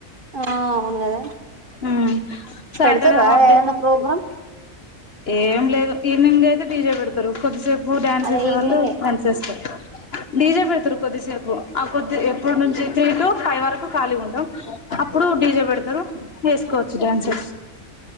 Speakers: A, on the right; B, on the left.
A: ఆ అవును కదా
B: ఉ సటర్డే
A: పెడతారు కదా
B: హాఫ్
A: ఏదన్నా
B: డే
A: ప్రోగ్రామ్
B: ఏం లేదు ఈవినింగే డి జే పెడతారు కొద్దిసేపు డ్యాన్స్
A: అదే
B: చేసేవాళ్ళు
A: ఈవినింగే
B: డాన్స్ చేస్తారు డీజే పెడతురు కొద్దిసేపు ఆ కొద్ది ఎప్పుడు నుంచి త్రీ టు ఫైవ్ వరకు ఖాళగా ఉంటాం అప్పుడు డీజే పెడతాం అందరూ చేసుకోవచ్చు డాన్సర్స్